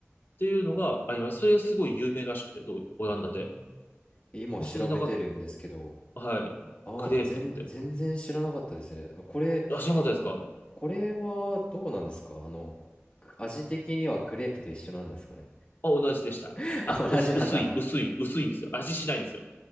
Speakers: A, on the left; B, on the left.
A: っていうのがあります。それがすごい有名らしくて、どうオランダで。
B: ええ今調べてるんですけど、
A: あそれなんか、はい。
B: あ全、
A: クレープって。
B: 全然知らなかったですね。あこれ、
A: あ、知らなかったですか
B: これはどうなんですかあの、く味的にはクレープと一緒なんですかね
A: あ、同じでした。
B: <laughs> あ、
A: あ、薄、
B: 同じなんだ。
A: 薄い、薄い、薄いんですよ。味しないんですよ。